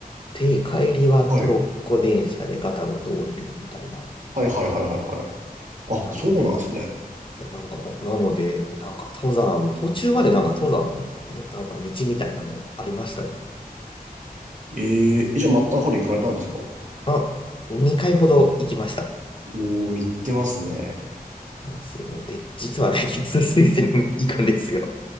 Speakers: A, on the left (about 35°); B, on the right (about 50°).
A: て、帰りはトロッコ電車でガタゴト降りるみたいな。
B: はい。はいはいはいはいはい。あ、
A: なので、
B: そうなんですね。
A: いや、なんか、なので、なんか登山、途中までなんか登山のなんか道みたいなのありましたよ。
B: えー、えじゃあマッターホルン行かれたんですかお
A: まあ、2回ほど行きました。
B: ー、行ってますね。
A: なすよ。で、実は来月スイスに行くんですよ。